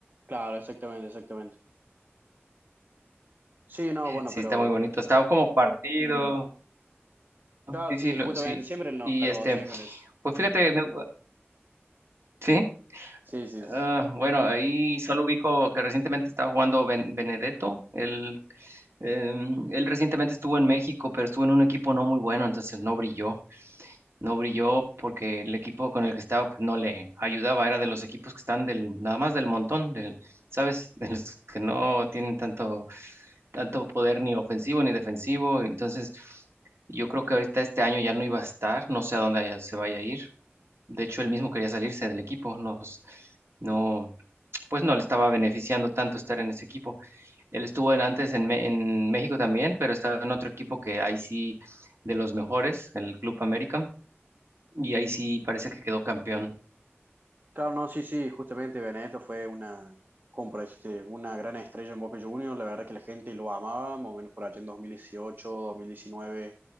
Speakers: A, on the right (about 45°); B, on the right (about 70°).
A: Claro, exactamente, exactamente. Sí, no, bueno,
B: Sí,
A: pero
B: está muy bonito, está como partido,
A: claro,
B: sí,
A: sí,
B: sí, lo-
A: justamente
B: sí,
A: siempre nos
B: y
A: cargó
B: este,
A: hacían con eso.
B: pues fíjate, me- sí.
A: Sí, sí, sí.
B: Ah, bueno, ahí solo ubico que recientemente estaba jugando Ben- Benedetto. Él, em, él recientemente estuvo en México, pero estuvo en un equipo no muy bueno, entonces no brilló. No brilló porque el equipo con el que estaba pues, no le ayudaba. Era de los equipos que están del, nada más del montón, del, ¿sabes? <laughs> De los que no tienen tanto, tanto poder ni ofensivo ni defensivo. Entonces, yo creo que ahorita este año ya no iba a estar. No sé a dónde haya- se vaya a ir. De hecho, él mismo quería salirse del equipo. Nos, no pues no le estaba beneficiando tanto estar en ese equipo. Él estuvo en, antes en, Me- en México también, pero estaba en otro equipo que ahí sí de los mejores, el Club América, y ahí sí parece que quedó campeón.
A: Claro, no, sí, sí, justamente Benedetto fue una, como por decirte, una gran estrella en Boca Juniors, la verdad que la gente lo amaba, más o menos por allá en dos dos mil dieciocho dos mil diecinueve